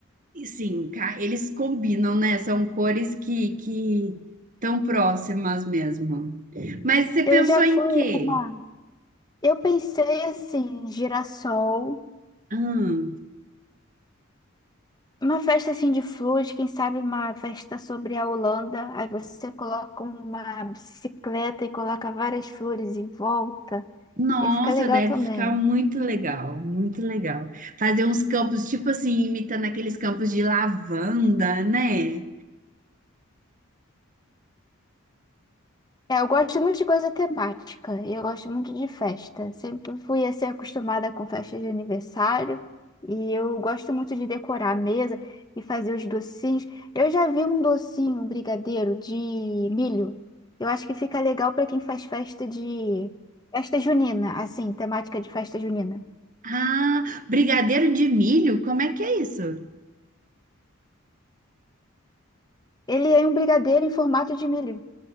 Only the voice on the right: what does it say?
E sim, ca- eles combinam, né? São cores que que tão próximas mesmo. Mas você
pensou
em quê?
Hum,
nossa,
deve
ficar muito legal, muito legal. Fazer uns campos, tipo assim, imitando aqueles campos de lavanda, né?
Ah, brigadeiro de milho? Como é que é isso?